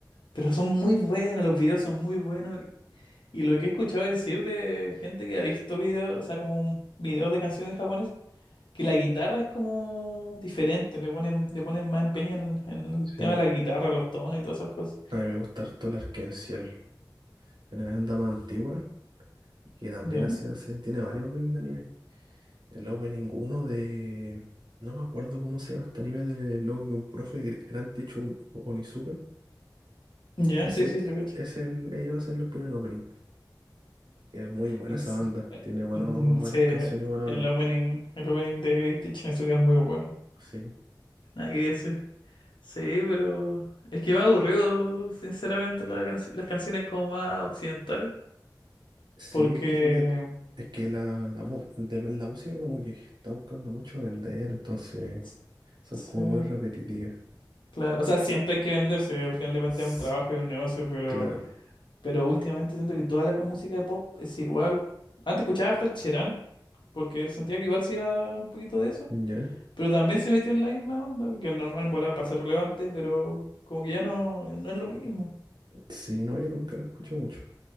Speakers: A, on the left (about 85°); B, on the right (about 70°).
A: pero son muy buenas, los videos son muy buenos. Y lo que he escuchado decir de gente que ha visto videos, o sea, como videos de canciones japonesas, que la guitarra es como diferente, le ponen, le ponen más empeño en, en el
B: Sí.
A: tema de la guitarra, los tonos y todas esas cosas.
B: A mí me gusta harto el Arc Ciel, que no es una banda más antigua y también
A: Ya,
B: hace, hace, tiene varios openings de anime. El opening uno de... No me acuerdo cómo se llama este anime de luego que un profe, Gr- Gran Teacher Un- Onizuka.
A: ya,
B: Ese
A: sí, sí,
B: te-
A: sí, lo cacho.
B: es el, ellos hacen el primer opening. Es muy buena
A: En
B: esa
A: se-
B: banda.
A: eh,
B: Tiene buenos,
A: mm,
B: buenas
A: Sí,
B: canciones y buenos
A: el
B: álbumes.
A: opening, el opening de Great Teacher Azúcar es muy bueno.
B: Sí,
A: Nada que decir. Sí, pero es que me ha aburrido, sinceramente, la canci- las canciones como más occidentales.
B: sí,
A: Porque,
B: es que, de- es que la, la, mu- de- la música como que está buscando mucho vender, entonces
A: s-
B: son
A: sí,
B: como muy repetitivas.
A: claro. O sea, siempre hay que venderse, al final de cuentas
B: S-
A: es un trabajo y un negocio, pero.
B: Claro,
A: Pero últimamente siento que toda la ca- música de pop es igual. Antes escuchaba harto Cherán, porque sentía que igual se iba un poquito de eso,
B: ya.
A: pero también se metió en la misma onda, que es normal volar para ser relevante, pero como que ya no, ya no es lo mismo.
B: Sí, no, yo nunca la escucho mucho,